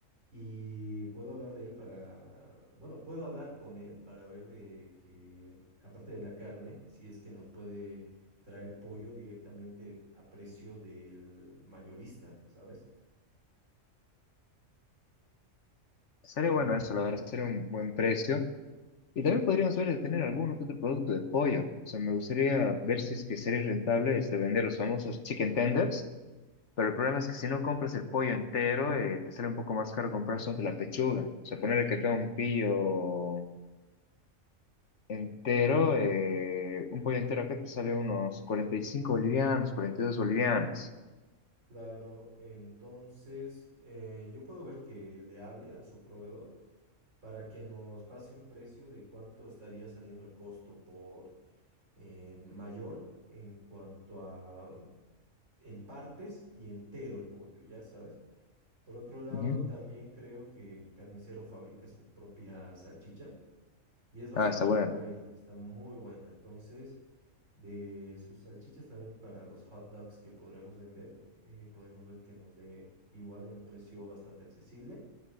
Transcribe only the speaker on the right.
Y puedo hablar de él para, bueno, puedo hablar con él para ver de que, aparte de la carne, si es que nos puede traer pollo directamente a precio del mayorista, ¿sabes?
Tam-
claro, entonces eh, yo puedo ver que le hable a su proveedor para que nos pase un precio de cuánto estaría saliendo el costo por eh, mayor en cuanto a en partes y entero el pollo, ¿ya sabes? Por otro lado,
también creo que mi carnicero fabrica su propia salchicha y es bastante
buena, está muy buena. Entonces, de sus salchichas también para los hot dogs que podremos vender, eh, podemos ver que nos dé igual en un precio bastante accesible.